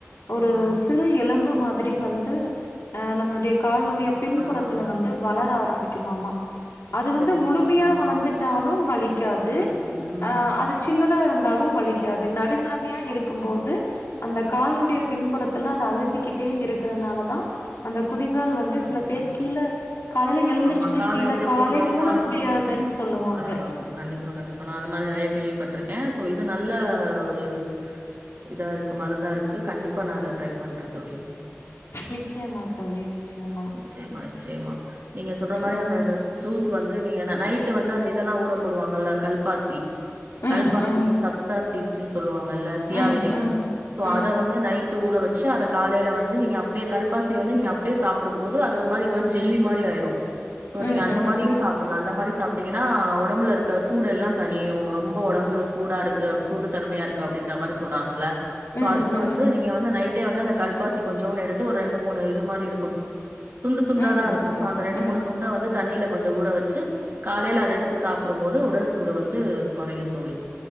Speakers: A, on the left; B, on the right.
A: ஒரு
B: ஆ.
A: சிறு எலும்பு மா திரி வந்து அஹ் நம்மளுடைய கால்னுடைய பின்புறத்துல
B: காலோட
A: வந்து வளர ஆரம்ப விக்குமாமா அது
B: சரி,
A: வந்து முழுமையா
B: சரி. ஆ.
A: வளர்ந்துட்டாலும் விலி க்காது
B: வலிக்கும். ம்.
A: அது சின்ன இருந்தாலும் வலிக்காது நடுநிலமையா இருக்கும்போது அந்த கால்னுடைய பின்புறத்துல அதை அழிந்துக்கிட்டே இருக்கறனால தான் அந்த குதிங்கால் வந்து
B: கால்
A: சில
B: வலி
A: பேர்
B: வரும்.
A: கீழே காலையில எழுந்துருச்சுன்னே
B: ஆமா. கால
A: கீழே
B: எந்திரிக்கும்போதே
A: காலே ஊன
B: கால
A: முடியாதுன்னு சொல்லுவாங்க
B: தர்றாங்க. கண்டிப்பா, கண்டிப்பா. நான் அது மாரி நெறைய கேள்விப்பட்டிருக்கேன். சோ இது நல்ல ஒரு இதா இருக்கு மருந்தா இருக்கு கண்டிப்பா நான் அதை ட்ரை பண்றேன் தோழி
A: நிச்சயமா தோழி, நிச்சயமா.
B: நிச்சயமா நிச்சயமா நீங்க சொல்ற மாரி
A: ம்.
B: அந்த ஜூஸ் வந்து நீங்க நைட்டு வந்து அந்த இதெல்லாம் ஊறப்படுவாங்கல்ல கல்பாசி கல்ப்பாசி
A: ம், ம்.
B: சப்தா சி சி சொல்லுவாங்கல்ல சியா
A: ம்,
B: விதைகள்
A: ம். ம்.
B: அத வந்து நைட் ஊற வச்சு அத காலையில வந்து நீங்க அப்படியே கல்பாசி வந்து நீங்க அப் அப்டியே சாப்டும்போது அது ஒரு மாரி ஒரு மாரி ஜெல்லி மாரி ஆயிரும் சோ நீங்க
A: ம்,
B: அந்த
A: ம்,
B: மாரியும்
A: ம்.
B: சாப்டலாம் அந்த மாரி சா பாத்தீங்கன்னா உடம்புல இருக்க சூடு எல்லாம் தனியும் ரொம்ப உடம்பு சூடா இருக்கு சூடு தனமையா இருக்கு அப்படின்ற மாதிரி சொல்றாங்கல்ல சோ
A: ம்,
B: அதுக்கு
A: ம்.
B: வந்து நீங்க வந்து நைட் வந்து அந்த கல்பாசி கொஞ்சோனு எடுத்து ஒரு ரெண்டு மூணு இது மாரி இருக்கும் துண்டு துண்டாதான்
A: ம்,
B: இருக்கும் சோ
A: ம்,
B: அந்த ரெண்டு
A: ம்,
B: மூணு துண்ட வந்து தண்ணியில கொஞ்சம் ஊற வச்சு காலையில அதை எடுத்து சாப்பிடும் போது உடல் சூடு வந்து குறையும் தோழி